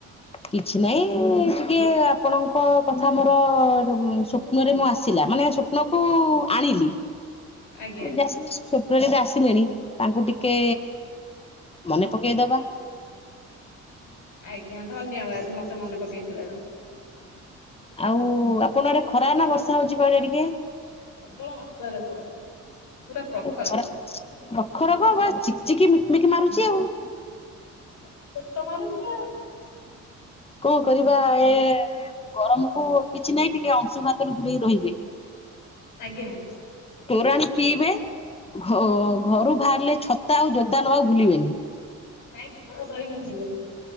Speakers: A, on the left (about 20°); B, on the left (about 80°).
A: କିଛି ନାଇଁ ଟିକେ ଆପଣଙ୍କ କଥା ମୋର ଉଁ ସ୍ୱପ୍ନରେ ମୁଁ ଆସିଲା। ମାନେ ସ୍ୱପ୍ନ କୁ ଆଣିଲି ଯାଏ
B: ଆଜ୍ଞା
A: ଟିକେ ସ୍ୱପ୍ନରେ ବି ଆସିଲେଣି। ତାଙ୍କୁ ଟିକେ ମନେ ପକେଇଦବା।
B: ଆଜ୍ଞା ଧନ୍ୟବାଦ ମତେ ମନେ ପକେଇଥିବାରୁ।
A: ଆଉ ଆପଣ ଆଡେ ଖରା ନା ବର୍ଷା ହଉଛି କହିଲେ ଟିକେ?
B: ପ୍ରବଳ ମାତ୍ରାରେ ଖରା। ପୁରା ପ୍ରଖର
A: ଏ ଖରା ପ୍ରଖରକ ବା ଚିକ ଚିକି ମିକ ମିକି ମାରୁଛି ଆଉ।
B: ଚକ୍ ଚକ୍ ତ ମାରୁଚି ଆଉ।
A: କଣ କରିବା ଏ। ଗରମକୁୁ କିଛି ନାହିଁ ଟିକେ ଅଂଶୁଘାତରୁ ଦୂରେଇ ରହିବେ।
B: ଆଜ୍ଞା।
A: ତୋରାଣି ପିଇବେ। ଘ-ଘରୁ ବାହାରିଲେ ଛତା ଆଉ ଜୋତା ନବାକୁ ଭୁଲିବେନି।
B: ନାଇଁ ଘୋଳ ଦହି ବି ପିଇବେ।